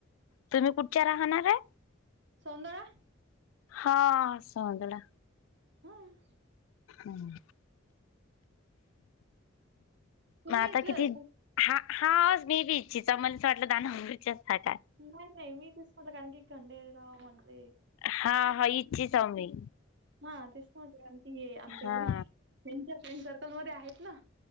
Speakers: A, on the left; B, on the right.
A: तुम्ही कुठच्या राहणाऱ्या?
B: सौंदळा
A: हा. सौंदळा.
B: हम्म.
A: हम्म.
B: तुम्ही
A: मग आता
B: इथलं
A: किती- हा हा. मी <unintelligible> मला असं वाटलं दानापुर च्या आहेत काय?
B: नाही नाही. मी इथंच <unintelligible> की खंडेराव म्हणते
A: हा हा. इच्छीचा हाव मी.
B: हा. तेच त म्हटलं की आमच्या
A: हा
B: घरी त्यांच्या फ्रेंड सर्कलमध्ये आहेत ना?